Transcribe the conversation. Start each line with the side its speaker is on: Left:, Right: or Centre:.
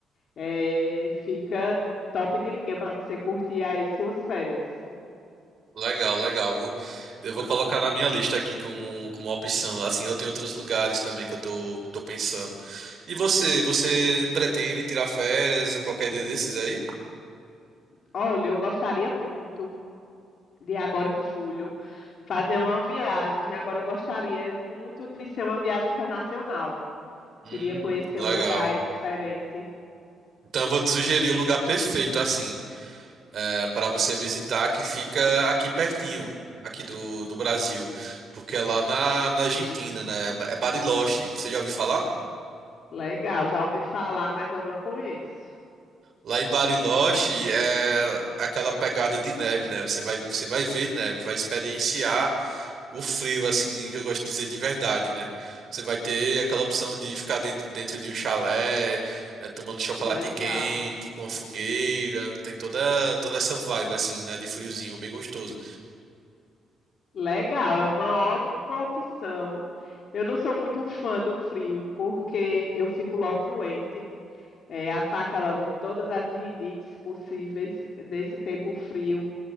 Left: é, fica top de linha para você curtir aí suas férias.
Right: Legal, legal. Vou, eu vou colocar na minha lista aqui como, como opção. Assim, eu tenho outros lugares também que eu tô, tô pensando. E você, você pretende tirar férias a qualquer dia desses aí?
Left: Olha, eu gostaria muito de agora em julho fazer uma viagem. Agora eu gostaria muito de ser uma viagem internacional.
Right: Hum,
Left: Queria conhecer
Right: legal.
Left: um lugar aí diferente.
Right: Então eu vou te sugerir o lugar perfeito, assim, é, para você visitar, que fica aqui pertinho, aqui do, do Brasil. Porque é lá na, na Argentina, né? É Bariloche. Você já ouviu falar?
Left: Legal, já ouvi falar, mas eu não conheço.
Right: Lá em Bariloche é aquela pegada de neve, né? Você vai, você vai ver neve, vai experienciar. o frio, assim, que eu gosto de dizer de verdade, né? Você vai ter aquela opção de ficar dentro, dentro de um chalé, eh, tomando chocolate
Left: Que legal.
Right: quente, com a fogueira, tem toda, toda essa vibe, assim, né? De friozinho, bem gostoso.
Left: Legal, é uma ótima opção. Eu não sou muito fã do frio, porque eu fico logo doente, é, ataca logo todas as rinites possíveis nesse tempo frio.